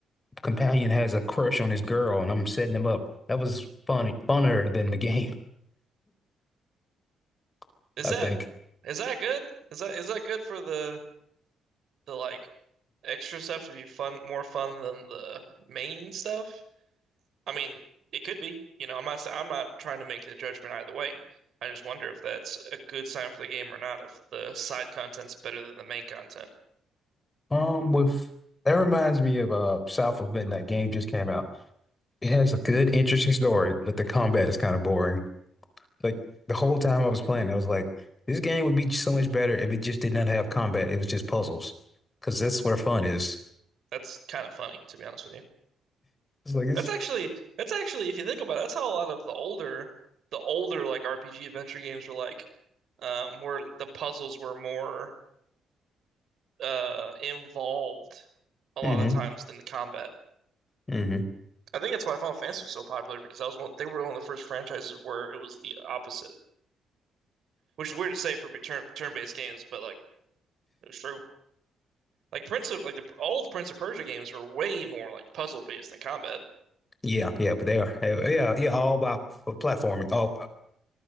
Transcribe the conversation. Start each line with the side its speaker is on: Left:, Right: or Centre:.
Left: companion has a crush on his girl and I'm setting him up. That was fun funner than the game, <laughs>
Right: Is
Left: I
Right: that
Left: think.
Right: is that good? Is that is that good for the the like extra stuff to be fun, more fun than the main stuff? I mean, it could be. You know, I'm not sa- I'm not trying to make the judgment either way. I just wonder if that's a good sign for the game or not, if the side content's better than the main content.
Left: Um, with that reminds me of uh South of Midnight game just came out. It has a good, interesting story, but the combat is kind of boring. Like the whole time I was playing, I was like, this game would be so much better if it just did not have combat. It was just puzzles, because that's where fun is.
Right: That's kind of funny, to be honest with you.
Left: It's like it's
Right: That's actually that's actually if you think about it, that's how a lot of the older the older like RPG adventure games were like um where the puzzles were more uh involved a
Left: mm-hmm,
Right: lot of the times than the combat.
Left: mm-hmm.
Right: I think that's why Final Fantasy was so popular because I was one, they were one of the first franchises where it was the opposite, which is weird to say for turn turn-based games, but like it was true. Like Prince of like the all the Prince of Persia games were way more like puzzle-based than combat.
Left: Yeah, yeah, but they are yeah, yeah, all about platforming. All